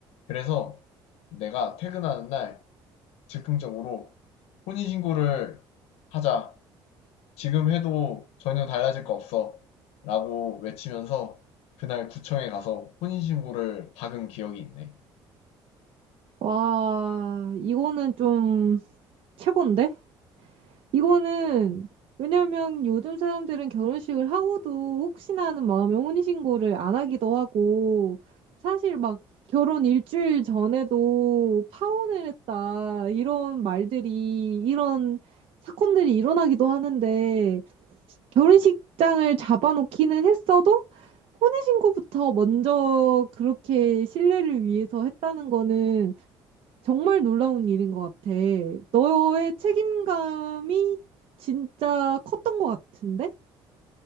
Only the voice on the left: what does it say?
그래서 내가 퇴근하는 날 즉흥적으로 "혼인신고를 하자. 지금 해도 전혀 달라질 거 없어." 라고 외치면서 그날 구청에 가서 혼인신고를 박은 기억이 있네.